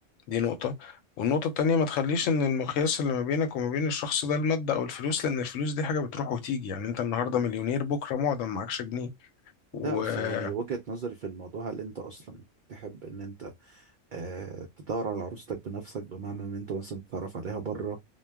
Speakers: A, on the left (about 70°); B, on the right (about 80°).
A: دي نقطة والنقطة التانية ما تخليش إن المقياس اللي ما بينك وما بين الشخص ده المادة أو الفلوس لأن الفلوس دي حاجة بتروح وتيجي يعني أنت النهاردة
B: مم.
A: مليونير بكرة معدم معكش جنيه
B: ده
A: ولا
B: بس يعني وجهة نظري في الموضوع هل انت اصلا تحب ان انت اه تدور على عروستك بنفسك بمعنى ان انت مثلا تتعرف عليها بره